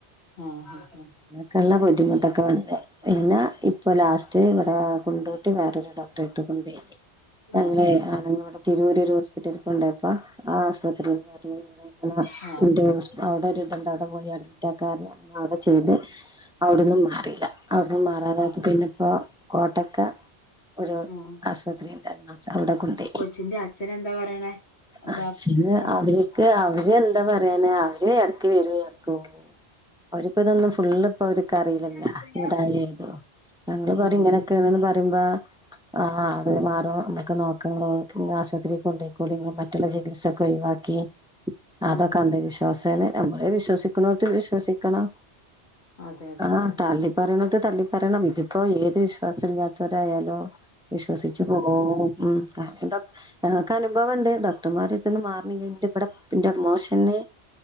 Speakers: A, on the left; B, in the centre.
A: ആഹ് ആഹ്
B: ക്കള്ള ബുദ്ധിമുട്ടൊക്കെ വന്ന് പിന്നെ ഇപ്പൊ ലാസ് റ്റ് ഇവടാ കൊണ്ടോട്ടി വേറൊരു ഡോക്ടെ എട്ത്ത് കുണ്ടോയി ഞങ്ങെളെ
A: ആഹ്
B: <unintelligible> തിരൂര് ഒര് ഹോസ്പിറ്റൽക്കൊണ്ടേയപ്പോ ആ ആശ്പത്രീന്ന് പർഞ്ഞ് <unintelligible>
A: ആഹ്
B: അവ്ടെ ഒര്ത്ണ്ട് അവ്ടെ പോയി അഡ്മിറ്റാക്കാർഞ്ഞ് ങ്ങ അവ്ടെ ചെയ്ത് അവ്ട്ന്നും മാറീലാ അവ്ട്ന്നും മാറാതായപ്പം
A: ആഹ്
B: പിന്നെപ്പോ കോട്ടക്കെ ഒരു
A: ആഹ്
B: ആസ്പത്രി ണ്ട് ൽനാസ് അവ്ടെ കൊണ്ടേയ്
A: കൊച്ചിന്റെ അച്ഛെനെന്താ പറയണേ
B: അച്ഛന്
A: ബാ പ്പ
B: അവര്ക്ക് അവര് എന്താ പറയ്ണേ അവര് എട്ക്ക് വെരും എട്ക്ക് പോകും അവര്പ്പൊ ഇതൊന്നും ഫുള്ള് പ്പൊ അവര്ക്ക് അറീലല്ലോ
A: ആഹ്
B: ഇതാ ഏതൂ ഞങ്ങൾ പറിം
A: ഉം
B: ഇങ്ങനെക്കേണ്ന്ന് പറിംമ്പാ ആഹ്
A: ഉം
B: അത് മാറും നമ്ക്ക് നോക്കാ <unintelligible> ആശ്പത്രീക്ക് കൊണ്ടയ്‌ക്കോളിം <unintelligible> മറ്റുള്ള ചികിത്സൊക്കെ ഒയ്‌വാക്കി അതൊക്കെ
A: ഉം
B: അന്ധവിശ്വാസേണ് ഞമ്മള് വിശ്വസിക്ക്ണോട്ത്ത് വിശ്വസിക്കണം
A: അതെ അതെ
B: ആഹ്
A: അതെ
B: തളി പറീണെത് തള്ളി പറെണം ഇതിപ്പോ ഏത് വിശ്വാസം ഇല്ല്യാത്താേരായാലോ വിശ്വസിച്ച് പോവും ഉം കാര് <unintelligible> ഞങ്ങക്ക് അനുഭവം ണ്ടേണ്ടോ ട്ടമ്മാരെട്‌ത്ത്ന്ന് മാറ്ണിയ്യ ഇൻ്റെ ബെടെ ഇൻ്റമ്മോഷെന്